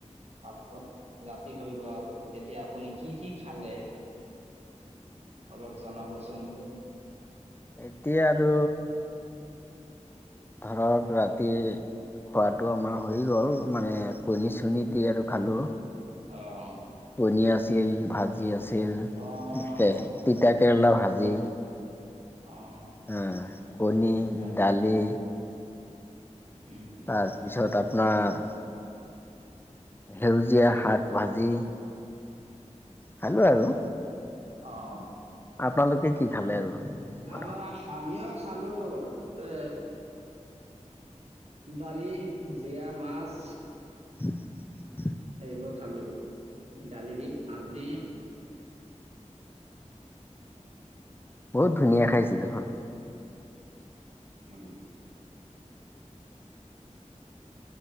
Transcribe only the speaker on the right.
<unintelligible> ৰাতি হৈ গ'ল। এতিয়া আপুনি কি - কি খালে? অলপ জনাবচোন।
অ'।
অ',
অ'।
হয়
হয়। উম,
অ'।
আহ আমিও খালোঁ পে দালি, জিয়া, মাছ
এইবোৰ খালোঁ দালি দি ভাজি
উম